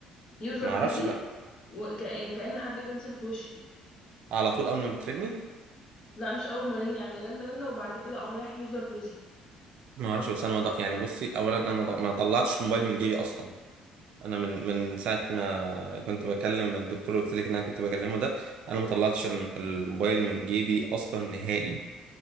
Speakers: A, on the left; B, on the right.
A: يوزر
B: ما
A: بيزي
B: اعرفش بقى
A: وكأن حد كنسل في وشي
B: على طول اول ما بترني
A: لا مش اول ما رن يعني رن رن وبعد كده قام رايح يوزر بيزي
B: ما اعرفش بس انا ما ض- يعني بصي اولا انا ما ض- ما طلعتش الموبايل من جيبي اصلا انا من من ساعه ما كنت بكلم الدكتور اللي قلت لك ان انا كنت بكلمه ده انا ما طلعتش الم- الموبايل من جيبي اصلا نهائي